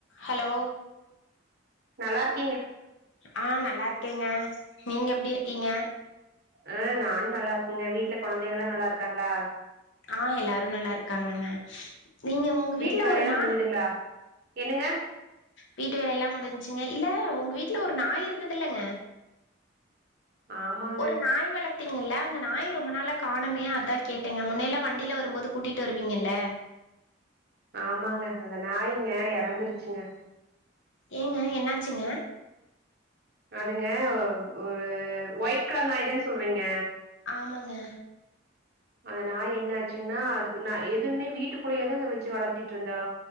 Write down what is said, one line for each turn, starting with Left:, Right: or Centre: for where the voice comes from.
Left: hello
Right: நல்லாருக்
Left: ஆஹ் நல்லாருக் கேங்க நீங்க எப்டி இருக்கிங்க
Right: ஆ நானு நல்லா இருக்கங்க வீட்ல கொழந்தங்கல்லா நல்லாருக்காங்ளா
Left: ஆ எல்லாரு நல்லாருக்காங்கங்க நீங்க உங்க
Right: வீட்டு
Left: வீட்ல
Right: வேலையெல்லா
Left: ஒரு நாய்
Right: முடிஞ்சுதுங்களா என்னங்க
Left: வீட்டு வேல எல்லா முடிஞ்சு ச்சுங்க இல்ல உங்க வீட்ல ஒரு நாய் இருந்ததுல்லங்க
Right: ஆமாங்க
Left: ஒரு நாய் வளத்தீங்கல்ல அந்த நாய ரொம்ப நாளா காணமே அதா கேட்டங்க முன்னையல்லா வண்டில வரும்போது கூட்டிட்டு வருவீங்கல்ல
Right: ஆமாங்க அங்க நாய்ங்க எறந்துருச்சுங்க
Left: ஏங்க என்னாச்சுங்க
Right: அதுங்க ஓ ஒரு ஒயிட் கலர் நாய் தான சொல்றீங்க
Left: ஆமாங்க
Right: அந்த நாய் என்ன ஆச்சுங்னா அதுக்கு நா எதுமே வீட்டுக்குள்ளயே தாங்க வச்சு வளத்திட்ருந்தோ